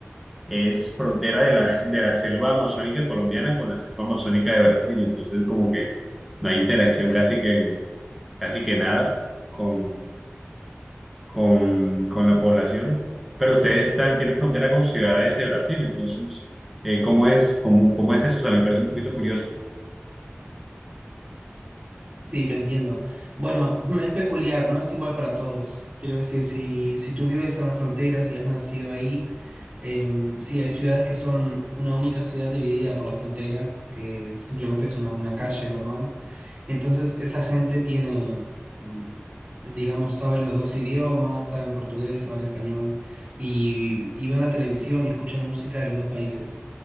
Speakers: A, in the centre; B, on the right.
A: es frontera de la, <laughs> de la selva amazónica colombiana con la selva amazónica de Brasil, entonces como que no hay interacción casi que, casi que nada con, con, con la población, pero ustedes están, tienen frontera con ciudades de Brasil, entonces, eh, ¿cómo es, cómo, cómo es eso? O sea, me parece un poquito curioso.
B: Sí, te entiendo. Bueno, <laughs> es peculiar, no es igual para todos. Quiero decir, si, si tú vives en la frontera, si has nacido ahí, em, sí, hay ciudades que son una única ciudad dividida por la frontera, que simplemente es una, una calle normal. Entonces, esa gente tiene, em, digamos, saben los dos idiomas, saben portugués, saben español, y, y ven la televisión y escuchan música de los dos países.